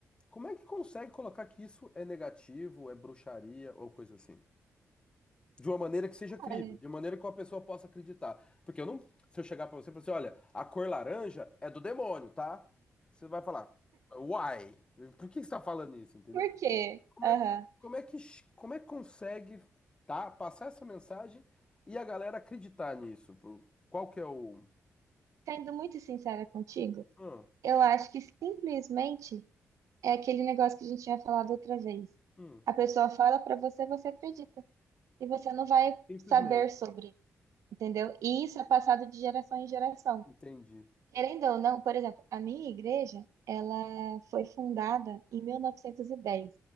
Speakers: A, on the left (about 20°); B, on the right (about 85°).
A: como é que consegue colocar que isso é negativo, é bruxaria ou coisa assim? De uma maneira que seja crível,
B: olha,
A: de uma maneira que uma pessoa possa acreditar. Porque eu não. Se eu chegar pra você e falar assim, olha, a cor laranja é do demônio, tá? Você vai falar, why? Por que você tá falando isso, entendeu?
B: por quê?
A: Como
B: Aham.
A: é que, como é que, como é que consegue, tá? Passar essa mensagem e a galera acreditar nisso? Pô, Qual que é o.
B: Sendo muito sincera contigo,
A: Ah,
B: eu acho que simplesmente é aquele negócio que a gente tinha falado outra vez.
A: hum,
B: A pessoa fala pra você, você acredita. E você não vai
A: simplesmente.
B: saber sobre, entendeu? E isso é passado de geração em geração.
A: Entendi.
B: Querendo ou não, por exemplo, a minha igreja, ela foi fundada em 1910.